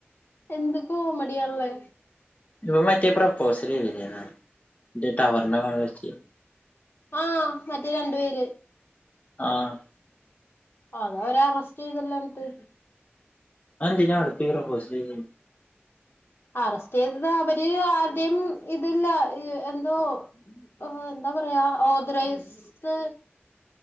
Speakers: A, on the left; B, on the left.
A: എന്ത് കോമഡിയ ഉള്ളേ
B: ഇപ്പ മറ്റേ പ്രപ്പോസലെയ്തിനാ മറ്റെ ടവറിൻ്റെ മേള് വെച്ച്
A: ആഹ് മറ്റേ രണ്ടു പേര്
B: ആഹ്
A: അത അവരെറസ്റ്റ് ചെയ്തല്ലന്നട്ട്
B: അതെന്തിന അട്ക്കേറി പ്രോസൽ ചെയ്യ്ണ്?
A: അറസ്റ്റ് ചെയ്തത് അവര് ആരുടെയും ഇതില്ല എ എന്തോ ഏഹ് എന്താ പറയാ ഓദറൈസ്